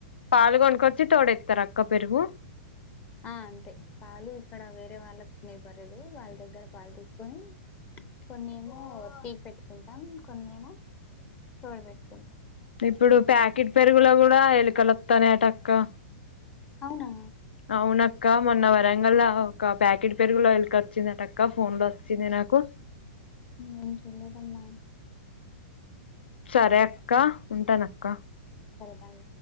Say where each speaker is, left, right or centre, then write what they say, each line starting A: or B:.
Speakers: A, on the left (about 75°); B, on the left (about 25°).
A: పాలు కొనుక్కొచ్చి తోడెత్తారు అక్క పెరుగు
B: ఆ అంతే పాలు ఇక్కడ వేరే వాళ్ళ బర్రెలు వాళ్ళ దగ్గర పాలు తీసుకొని కొన్ని ఏమో టీ పెట్టుకుంటాం కొన్ని ఏమో తోడ్ పెట్టుకుంటాం
A: ఇప్పుడు ప్యాకెట్ పెరుగులో కూడా ఎలుకలు వత్తనాయటక్క
B: అవునా
A: అవునక్క మొన్న వరంగల్లా ఒక ప్యాకెట్ పెరుగులో ఎలికి వచ్చిందటక్క ఫోన్లో వచ్చింది కు
B: ఏ తెలీదమ్మా
A: సరే అక్క ఉంటాన అక్క
B: సరే బాయ్